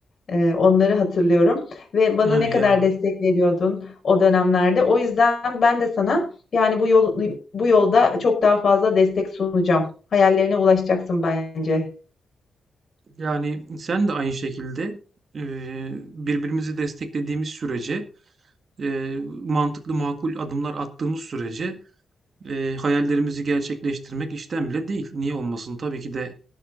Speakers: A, on the left (about 40°); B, on the right (about 45°).
A: Eee, onları hatırlıyorum ve bana
B: <laughs>
A: ne kadar
B: Ya.
A: destek veriyordun o dönemlerde. O yüzden ben de sana yani bu yol bu yolda çok daha fazla destek sunacağım. Hayallerine ulaşacaksın bence.
B: Yani sen de aynı şekilde eee, birbirimizi desteklediğimiz sürece, eee, mantıklı makul adımlar attığımız sürece eee, hayallerimizi gerçekleştirmek işten bile değil. Niye olmasın? Tabii ki de